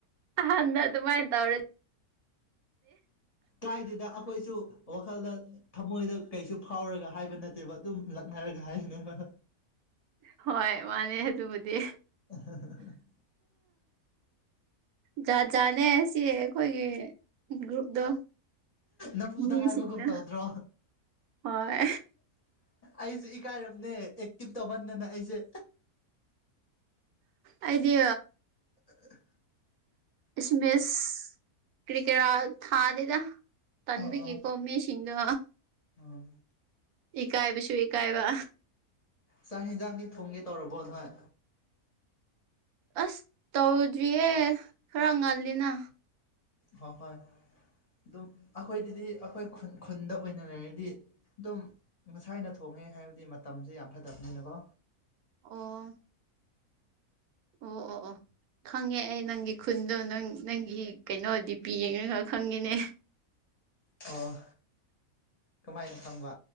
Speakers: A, on the right (about 80°); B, on the left (about 30°).
A: ꯍ ꯅ ꯑꯗꯨꯃꯥꯏ ꯇꯧꯔꯦ
B: ꯀꯥꯏꯗꯨꯗ ꯑꯩꯈꯣꯏꯁꯨ ꯋꯥꯈꯜꯗ ꯊꯃꯣꯏꯗ ꯀꯩꯁꯨ ꯐꯥꯎꯔꯒ ꯍꯥꯏꯕ ꯅꯠꯇꯦꯕ ꯑꯗꯨꯝ ꯂꯛꯅꯔꯒ ꯍꯥꯏꯕꯅꯦꯕ
A: ꯍꯣꯏ ꯃꯥꯅꯦ ꯑꯗꯨꯕꯨꯗꯤ
B: ꯑꯣ
A: ꯖꯥꯠ ꯖꯥꯠꯅꯦ ꯁꯤ ꯑꯩꯈꯣꯏꯒꯤ ꯒ꯭ꯔꯨꯨꯞꯗ
B: ꯅꯝꯐꯨꯗ
A: ꯃꯤ
B: ꯍꯥꯏꯕꯒꯨꯝ
A: ꯁꯤꯟꯗ
B: ꯇꯧꯗ꯭ꯔꯣ
A: ꯍꯣꯏ
B: ꯑꯩꯁꯨ ꯏꯀꯥꯏꯝꯅꯦ ꯑꯦꯛꯇꯤꯚ ꯇꯧꯍꯟꯗꯅ ꯑꯩꯁꯦ
A: ꯑꯩꯗꯤ
B: ꯑ
A: ꯏꯁꯃꯦꯁ ꯀꯔꯤꯀꯦꯔꯥ ꯊꯥꯗꯦꯗ ꯇꯟ
B: ꯑꯣ
A: ꯀꯦ
B: ꯑꯣ
A: ꯀꯣꯃ ꯁꯤꯁꯤꯡꯗꯨ
B: ꯑꯣ
A: ꯏꯀꯥꯏꯕꯁꯨ ꯏꯀꯥꯏꯕ
B: ꯆꯥꯛ ꯍꯟꯖꯥꯡꯗꯤ ꯊꯣꯡꯒꯦ ꯇꯧꯔꯕꯣ ꯅꯣꯏ
A: ꯑꯁ ꯇꯧꯗ꯭ꯔꯤꯌꯦ ꯈꯔ ꯉꯜꯂꯤꯅ
B: ꯍꯣꯏ ꯍꯣꯏ ꯑꯗꯨꯝ ꯑꯩꯈꯣꯏꯗꯗꯤ ꯑꯩꯈꯣꯏ ꯈꯨꯟ ꯈꯨꯟꯗ ꯑꯣꯏꯅ ꯂꯩꯔꯗꯤ ꯑꯗꯨꯝ ꯉꯁꯥꯏꯅ ꯊꯣꯡꯉꯦ ꯍꯥꯏꯕꯗꯤ ꯃꯇꯝꯁꯦ ꯌꯥꯝ ꯐꯠꯇꯕꯅꯤꯅꯀꯣ
A: ꯑꯣ ꯑꯣ ꯑꯣ ꯑꯣ ꯈꯪꯉꯦ ꯑꯩ ꯅꯪꯒꯤ ꯈꯨꯟꯗꯣ ꯅꯪ ꯅꯪꯒꯤ ꯀꯩꯅꯣ ꯗꯤ ꯄꯤ ꯌꯦꯡꯉꯒ ꯈꯪꯉꯦꯅꯦ
B: ꯑꯣ ꯀꯃꯥꯏꯅ ꯈꯪꯕ